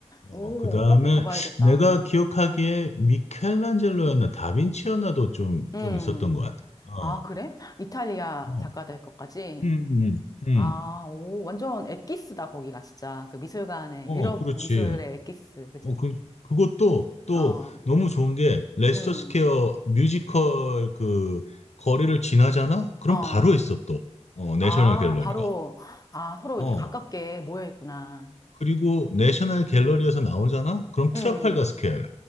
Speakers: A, on the left; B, on the left.
A: 어,
B: 오,
A: 그 다음에
B: 꼭 봐봐야겠다.
A: 내가 기억하기에 미켈란젤로였나, 다빈치였나도 좀,
B: 음.
A: 좀 있었던 것 같아. 어,
B: 아, 그래? 이탈리아
A: 어,
B: 작가들 것까지?
A: 음, 음, 음.
B: 아, 오, 완전 엑기스다, 거기가, 진짜. 그 미술관의,
A: 어,
B: 유럽
A: 그렇지.
B: 미술의 엑기스, 그지?
A: 어, 그, 그것도 또
B: 어,
A: 너무 좋은 게 레스터
B: 음,
A: 스퀘어 뮤지컬 그 거리를 지나잖아? 그럼
B: 어.
A: 바로 있어 또. 어, 내셔널
B: 아,
A: 갤러리가.
B: 바로, 아, 서로 이렇게
A: 어.
B: 가깝게
A: 어.
B: 모여 있구나.
A: 그리고 내셔널 갤러리에서 나오잖아? 그럼 트라팔가
B: 음.
A: 스퀘어